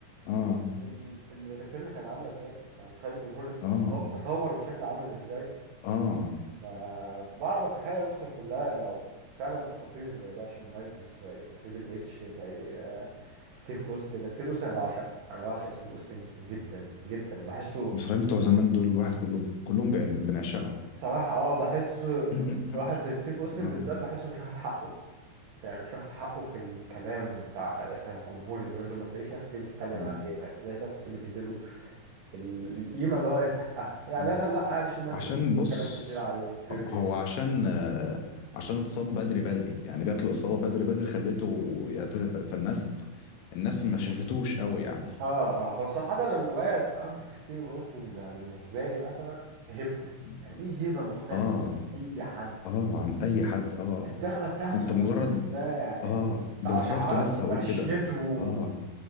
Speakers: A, on the left; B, on the right.
A: اه
B: ال- ال- الريتيرن كانت عامله ازاي يعني متخيل الجمهور
A: اه
B: تطو- تطور بشكل عامل ازاي
A: اه
B: فبقعد اتخيل اقسم بالله لو فعلا اساطير زي بقى شون مايكلز زي تريبل اتش زي آه، ستيف اوستن ستيف اوستن انا بعشقه انا بعشق ستيف اوستن جدا جدا وبحسه
A: المصريين بتوع زمان دول الواحد كله كلهم بيعن- بنعشقهم
B: صراحة اه بحسه
A: <laughs>
B: واحد زي ستيف اوستن
A: <clears throat> اه
B: بالذات بحسه مش واخد حقه يعني مش واخد حقه في الكلام بتاع مثلا الجمهور اليومين دول ما تلاقيش ناس كتير بتتكلم
A: اه
B: عليه ما تلاقيش ناس كتير بتديله ال- القيمة اللي هو يستحقها يعني
A: آه.
B: مثلا لا عادي شون مايكلز
A: عشان بص
B: بيتكلم كتير عليه تريبل
A: هو عشان آه، عشان اتصاب بدري بدري يعني جات له إصابة بدري بدري خلته يعتزل فالناس الناس ما شافتوش قوي يعني
B: اه اه هو صراحة المميز أوي في ستيف أوستن ده بالنسبة لي مثلا هيبته
A: مم.
B: يعني ليه هيبة مختلفة
A: اه
B: عن أي حد
A: اه عن اي حد اه
B: الدخلة بتاعته
A: انت مجرد
B: أقسم بالله يعني
A: اه بالظبط
B: تقشعرك
A: لسه هقول
B: مشيته
A: كده اه